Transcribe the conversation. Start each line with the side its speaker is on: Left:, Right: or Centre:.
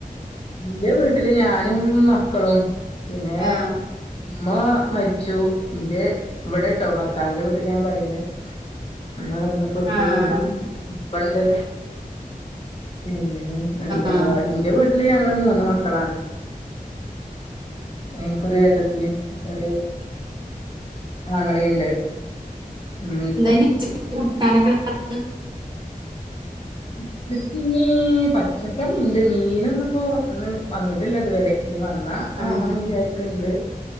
Left: ഇന്റെ വീട്ടില് ഞാനും മക്കളും പിന്നെ
Right: ആഹ്
Left: ഉമ്മാ മരിച്ചു ഇന്റെ ഇവിടെ ട്ടോ ഭർത്താവിന്റെ വീട്ടില ഞാൻ പറിണ <unintelligible>
Right: ആഹ്
Left: പിന്നെ
Right: അത്
Left: ഇപ്പണ്ട് പിന്നെ എന്താ
Right: ആഹ്
Left: എന്റെ വീട്ടില് ഞങ്ങള് മൂന്ന് മക്കളാണ് ഇന്ക്കൊരു ഏട്ടത്തിം ഒരു ആങ്ങളിണ്ട് ഇമ്മി
Right: <unintelligible>
Left: <unintelligible> ഇനി പച്ചക്കറി ഇണ്ട് മീനൊന്നിപ്പോ ഇന്ന് വന്നിട്ടില്ല ഇതുവരെ ഇനി വന്നാ
Right: ആഹ്
Left: വാങ്ങണം വിചാരിക്ക്ണ്ട്